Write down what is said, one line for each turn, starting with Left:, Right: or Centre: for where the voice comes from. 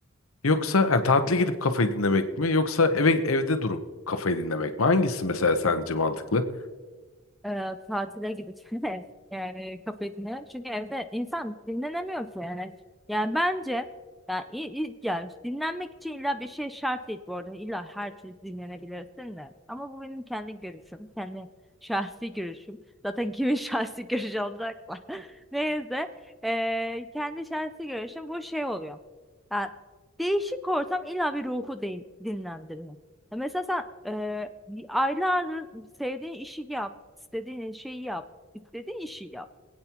Left: Yoksa yani tatile gidip kafayı dinlemek mi? Yoksa eve evde durup kafayı dinlemek mi? Hangisi mesela sence mantıklı?
Centre: e, tatile gideceğine <laughs> yani kafesine. Çünkü evde insan dinlenemiyor ki yani. Yani bence yani, i- i- yani dinlenmek için illa bir şey şart değil bu arada. İlla her türlü dinlenebilirsin de. Ama bu benim kendi görüşüm. Kendi <laughs> şahsi görüşüm. Zaten kimin <laughs> şahsi görüşü olacak mı? <laughs> Neyse. e, kendi şahsi görüşüm bu şey oluyor. Yani değişik ortam illa bir ruhu din- dinlendiriyor. Ya Mesela sen e, aylardır sevdiğin işi yap, istediğin şeyi yap, istediğin işi yap,